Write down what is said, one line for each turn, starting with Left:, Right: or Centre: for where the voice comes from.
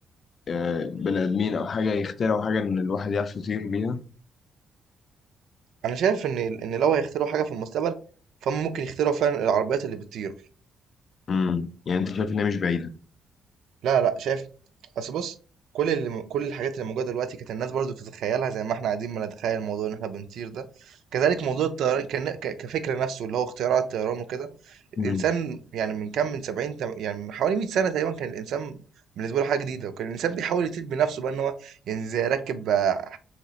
Left: أه بني ادمين او حاجه يخترعوا حاجه ان الواحد يعرف يطير بيها
Right: انا شايف ان ان لو هيخترعوا حاجة في المستقبل فهم ممكن يخترعوا فعلا العربيات اللي بتطير
Left: امم يعني انت شايف انها مش بعيده
Right: لا لأ شايف بس بُص، كل اللي م كل الحاجات اللي موجودة دلوقتي كانت الناس برضه بتتخيّلها زي ما إحنا قاعدين بنتخيّل موضوع إن إحنا بنطير ده، كذلك موضوع الطيران كن ك كفكر نَفْسه اللي هو اختراع الطيران وكده، الإنسان
Left: امم
Right: يعني من كام من 70 تم يعني من حوالي 100 سَنة تقريبًا كان الإنسان بالنسبة له حاجة جديدة، وكان الإنسان بيحاول يطير بنَفْسه بقى إن هو يعني زي يركّب آه،